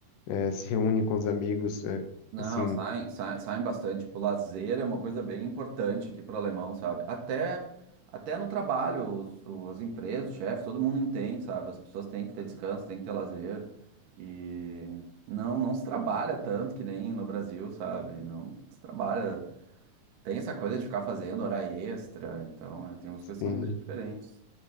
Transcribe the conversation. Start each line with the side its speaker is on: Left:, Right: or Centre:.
Left: é, se reúnem com os amigos, é,
Right: Não,
Left: assim,
Right: saem, sa- saem, bastante. Tipo, lazer é uma coisa bem importante aqui para o alemão, sabe? Até, até no trabalho, os- o- as empresas, os chefes, todo mundo entende, sabe? As pessoas têm que ter descanso, têm que ter lazer. E não, não se trabalha tanto que nem no Brasil, sabe? Não se trabalha Tem essa coisa de ficar fazendo hora extra, então é, tem umas coisas
Left: sim.
Right: que são bem diferentes.